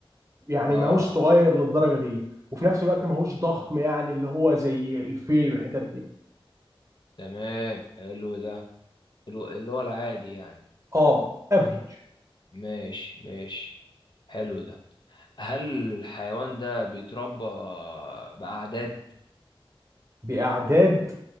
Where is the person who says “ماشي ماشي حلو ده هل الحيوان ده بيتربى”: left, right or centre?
Left